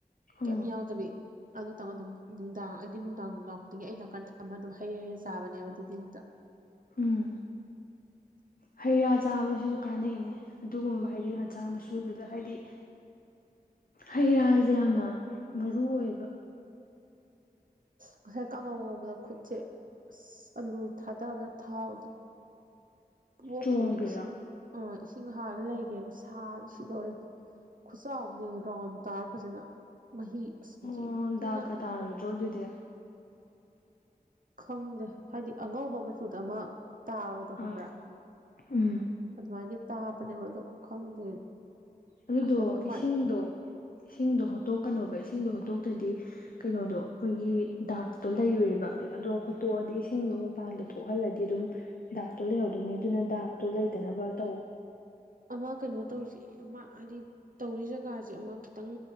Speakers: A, on the left; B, on the right.
A: ꯑꯣ
B: ꯀꯩ ꯌꯥꯎꯗꯕꯤ ꯑꯗꯨ ꯈꯤꯇꯪ ꯑꯗꯨꯝ ꯅꯨꯡꯗꯥꯡ ꯑꯩꯗꯤ ꯅꯨꯡꯗꯥꯡ ꯅꯨꯡꯗꯥꯡ ꯈꯨꯗꯤꯡꯒꯤ ꯑ ꯅꯥꯀꯟ ꯊꯝꯃ ꯑꯗꯨꯝ ꯍꯩꯔꯩ ꯍꯩꯔ ꯆꯥꯕꯅꯦꯕ ꯑꯗꯨꯗꯤ ꯍꯦꯛꯇ
A: ꯎꯝ ꯍꯩ ꯔꯥ ꯆꯥꯕꯁꯤꯁꯨ ꯀꯥꯟꯅꯩꯅꯦ ꯑꯗꯨꯒꯨꯝꯕ
B: ꯎꯝ
A: ꯍꯥꯏꯗꯤ ꯃꯆꯥ ꯃꯁꯨꯗꯨꯗ ꯍꯥꯏꯗꯤ ꯍꯩꯔꯥꯁꯦ ꯌꯥꯝꯅ ꯃꯔꯨ ꯑꯣꯏꯕ
B: ꯉꯁꯥꯏ ꯀꯥꯡꯉꯧ ꯉꯧꯕꯗ ꯈꯨꯠꯁꯦ ꯑ ꯑꯂꯨ ꯊꯥꯗꯕꯗ ꯊꯥꯎꯗ ꯣꯈꯅꯤ
A: ꯆꯣꯡꯈ꯭ꯔꯤꯔꯣ
B: ꯏ ꯑꯥ ꯆꯤꯡꯍꯥꯗ ꯂꯩꯒꯦꯕ ꯁꯥꯅ ꯁꯤꯗꯧꯔꯦ ꯈꯨꯆꯥꯎ ꯑꯃꯅꯦ ꯔꯥꯎꯟ ꯇꯥꯔ ꯐꯖꯅ ꯃꯍꯅ
A: ꯑꯣ ꯗꯥꯛꯀ ꯇꯥꯔꯣꯏꯗ꯭ꯔꯣ ꯑꯗꯨꯗꯤ
B: ꯈꯪꯗꯦ ꯍꯥꯏꯗꯤ ꯑꯉꯧꯕ ꯃꯆꯨꯗ ꯑꯃ ꯇꯥꯕꯗꯣ ꯍꯪꯕ꯭ꯔꯥ
A: ꯑ ꯎꯝ
B: ꯑꯗꯨꯃꯥꯏꯅ ꯇꯥꯕꯅꯦꯕ ꯑꯗꯣ ꯈꯪꯗꯦ
A: ꯑꯗꯨꯗꯣ
B: ꯑꯁ ꯑꯗꯨ ꯃꯥꯏ
A: ꯏꯁꯤꯡꯗꯣ ꯏꯁꯤꯡꯗꯣ ꯍꯣꯠꯇꯣꯛꯀꯅꯣꯧꯕ ꯏꯁꯤꯡꯗꯣ ꯍꯣꯠꯇꯣꯛꯇꯗꯤ ꯀꯩꯅꯣꯗꯣ ꯑꯩꯈꯣꯏꯒꯤ ꯗꯥꯛꯇꯣ ꯂꯩꯔꯨꯏꯕ ꯑꯗꯣ ꯍꯣꯠꯇꯣꯛꯑꯗꯤ ꯏꯁꯤꯡꯗꯣ ꯃꯄꯥꯟꯗ ꯊꯣꯛꯍꯜꯂꯗꯤ ꯑꯗꯨꯝ ꯗꯥꯛꯇꯣ ꯂꯩꯍꯧꯗꯣꯏꯅꯦ ꯑꯗꯨꯅ ꯗꯥꯛꯇꯣ ꯂꯩꯇꯅꯕ ꯇꯧ
B: ꯑꯃ ꯀꯩꯅꯣ ꯇꯧꯁꯤ ꯑꯃ ꯍꯥꯏꯗꯤ ꯇꯧꯔꯤ ꯖꯒꯥꯁꯦ ꯑꯃ ꯈꯤꯇꯪ